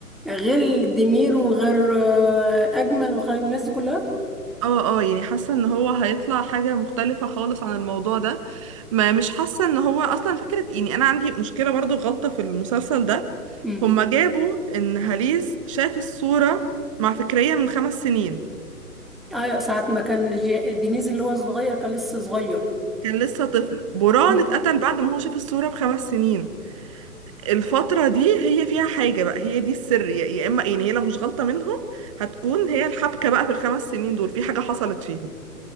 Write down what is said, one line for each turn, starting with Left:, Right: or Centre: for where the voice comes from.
Centre: يعني غير ديمير وغير آه، اجمل وغير الناس دي كلها
Right: اه اه يعني حاسه ان هو هيطلع حاجه مختلفه خالص عن الموضوع ده ما مش حاسه ان هو اصلا فكره يعني انا عندي مشكله برضو غلطه في المسلسل ده
Centre: امم
Right: هما جابوا ان هاليز شاف الصوره مع فكريه من خمس سنين
Centre: ايوه ساعة ما كان جي- دينيز اللي هو الصغير كان لسه صغير
Right: كان لسه طفل بران
Centre: مم.
Right: اتقتل بعد ما هو شاف الصوره بخمس سنين الفتره دي هي فيها حاجه بقى هي دي السر يا يا اما يعني هي لو مش غلطه منهم هتكون هي الحبكه بقى في الخمس سنين دول في حاجه حصلت فيهم